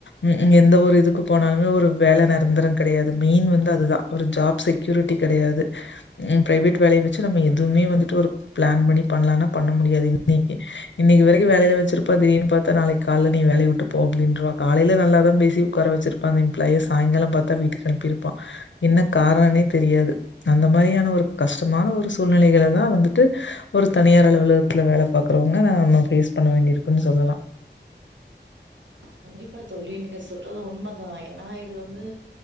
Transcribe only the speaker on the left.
ம் எந்த ஒரு இதுக்கு போனாலு ம் ஒரு வேல நெறந்தரங் கெடையாது மெயின் வந்து அதுதான் ஒரு ஜாப் செக்யூரிட்டி கெடையாது பிரைவேட் வேலய வச்சு நம்ம எதுவுமே வந்து ட்டு ஒரு பிளான் பண்ணி பண்ணலானா பண்ண முடியாது இன்னைக்கு இன்னைக்கு வரைக்கும் வேலைல வச்சிருப்பா திடிர்னு பாத்தா நாளைக் கால நீ வேலைய உட்டுப்போ அப்டின்ருவா காலையில நல்லாதான் பேசி உக்கார வச்சிருப்பா அந்த எம்ப்ளாய சாய்ங்காலம் பாத்தா வீட்டுக்கு அனுப்பிருப்பான் என்ன காரணனே தெரியாது அந்த மாரியான ஒரு கஷ்டமான ஒரு சூழ்நெலைகளா தான் வந்துட்டு ஒரு தனியார் அலுவலகத்துல வேல பாக்குறவங்க நா நம்ம ஃபேஸ் பண்ண வேண்டி இருக்குன்னு சொல்லலாம்